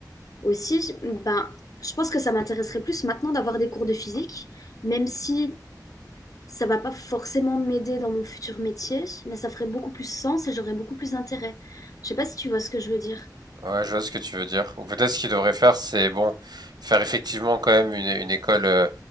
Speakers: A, on the left; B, on the right.
A: Aussi, ben, je pense que ça m'intéresserait plus maintenant d'avoir des cours de physique, même si ça va pas forcément m'aider dans mon futur métier, mais ça ferait beaucoup plus sens et j'aurais beaucoup plus d'intérêt. Je sais pas si tu vois ce que je veux dire.
B: Ouais, je vois ce que tu veux dire. Ou peut-être ce qu'il devrait faire, c'est bon, faire effectivement quand même une, une école euh,